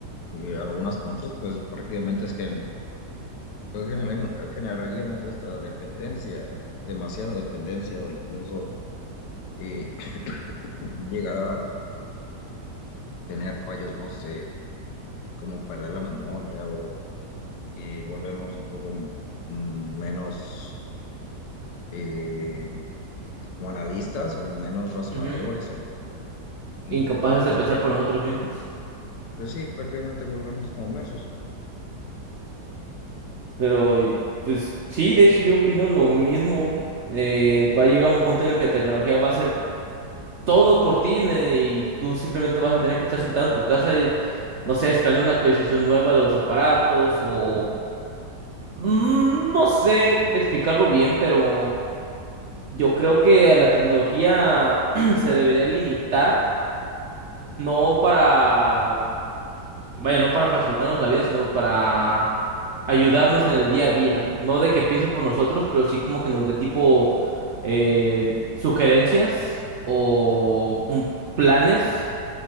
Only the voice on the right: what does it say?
Ujú.
Incapaces
de pensar
por nosotros mismos.
Pero, y, pues sí, de hecho yo opino lo mismo. Eh, va a llegar un punto en el que la tecnología va a ser todo por ti ne- y tú simplemente vas a tener que estar sentado en tu casa y, no sé, esperando una actualización nueva de los aparatos o mm, no sé explicarlo bien, pero yo creo que a la tecnología <clears throat> se debería limitar, no para, vaya, no para facilitarnos la vida, sino para ayudarnos en el día a día, no de que piense
por nosotros, pero sí como que nos dé tipo eh, sugerencias o mm, planes